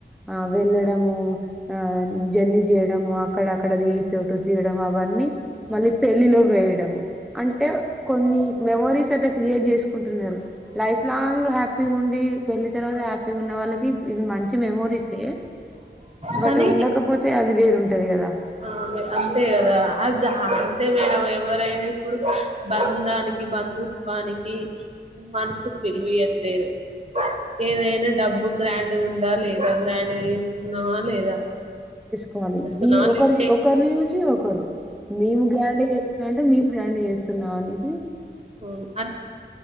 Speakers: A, in the centre; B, on the right.
A: ఆ వెళ్ళడము ఆ జర్నీ జేయడము అక్కడ అక్కడది ఫోటోస్ దిగడం అవన్నీ మళ్ళీ పెళ్లిలో వేయడం అంటే కొన్ని మెమోరీస్ క్రియేట్ చేసుకుంటున్నారు లైఫ్ లాంగ్ హ్యాపీగా ఉండి పెళ్లి తర్వాత హ్యాపీగా ఉన్న వాళ్ళకి ఇవి మంచి మెమోరీసే బట్
B: కానీ
A: ఉండకపోతే అది వేరుంటది కదా
B: ఆ అంతే కదా అది అంతే మేడం ఎవరైనా ఇప్పుడు బంధానికి బంధుత్వానికి మనసుకు విలువయట్లేరు ఏదైనా డబ్బు గ్రాండ్ గుందా లేదా గ్రాండ్ గా చేస్కున్నామ లేదా
A: కోలి
B: చేసుకున్నామా
A: వి ఒకరి
B: లే
A: ఒకరిని జూసి ఒకరు మేము గ్రాండ్ చేస్తున్నా అంటే మేము గ్రాండ్ చేస్తున్నాం అనే సి
B: అవును అ